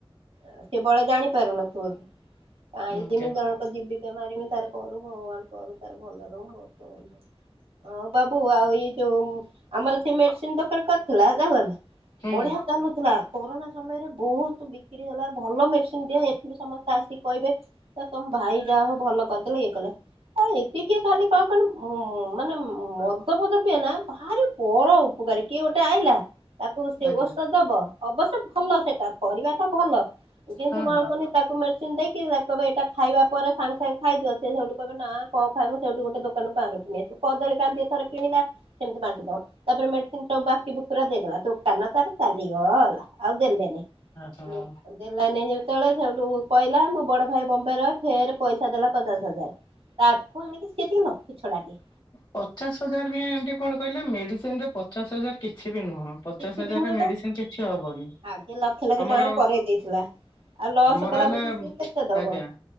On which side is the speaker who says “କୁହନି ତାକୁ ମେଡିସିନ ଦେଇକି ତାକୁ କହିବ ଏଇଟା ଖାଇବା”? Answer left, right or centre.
Right